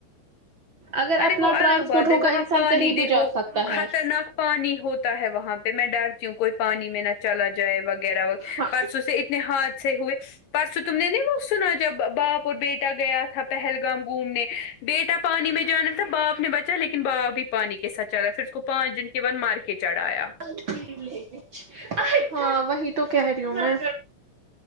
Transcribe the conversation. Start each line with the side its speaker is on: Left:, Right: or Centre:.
Right: اگر اپنا
Left: ارے وہ الگ
Right: ٹرانسپورٹ
Left: بات
Right: ہوگا
Left: ہے وہاں
Right: انسان
Left: پانی
Right: کہیں
Left: دیکھو
Right: بھی جا سکتا ہے
Left: خطرناک پانی ہوتا ہے وہاں پہ میں ڈرتی ہوں کوئی پانی میں نہ چلا ج اۓ وغیرہ و
Right: ہاں
Left: پرسوں سے اتنے حادثے ہوئے پرسوں تم نے نہیں وہ سنا جب باپ اور بیٹا گیا تھا پہلگام گھومنے بیٹا پانی میں جانا تھا باپ نے بچا لیکن باپ ہی پانی کے ساتھ چلا پھر اس کو پانچ دن کے بعد ما ر کے چڑھایا
Right: <unintelligible> ہاں وہی تو کہہ رہی ہوں میں